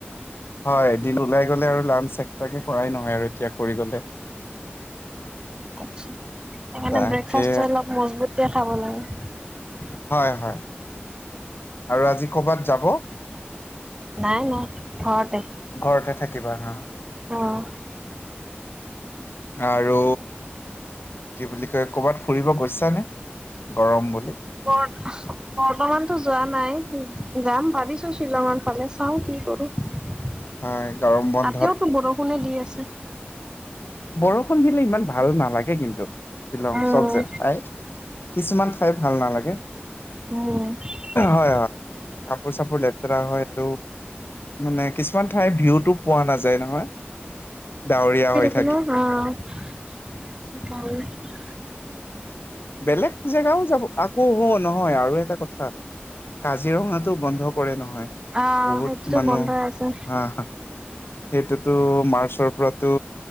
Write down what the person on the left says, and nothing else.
হয় দিন, ওলাই গলে আৰু লাঞ্চ এক্সট্ৰাকে কৰাই নহয় আৰু। কৰি গলে।
তাকে
হয়, হয় আৰু আজি কৰবাত যাব?
ঘৰতে থাকিবা হা
আৰু কি বুলি কয়, কবাত ফুৰিব গৈছানে গৰম বুলি?
হয় গৰম বন্ধত
বৰষুণ, দিলে ইমান ভাল নালাগে কিন্তু শ্বিলং
চব জগ, ঠাই কিছুমান ঠাই ভাল নালাগে।
হয়, হয়। কাপোৰ চাপোৰ লেতেৰা হয় আৰু মানে কিছুমান ঠাই ভিউত পোৱা নাযায় নহয়, ডাৱৰীয়া হৈ থাকে।
বেলেগ জেগাও যাব, আকৌ হুন নহয় আৰু এটা কথা কাজিৰঙাতটো বন্ধ কৰে নহয় হয়
বহুত
মানুহ,
হা, হা। সেইটোতো মাৰ্চৰ পৰা টো